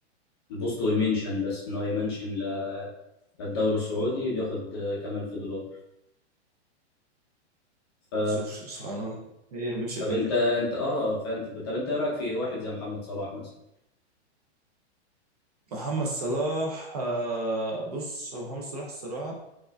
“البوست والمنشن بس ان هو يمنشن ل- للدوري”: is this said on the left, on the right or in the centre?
Left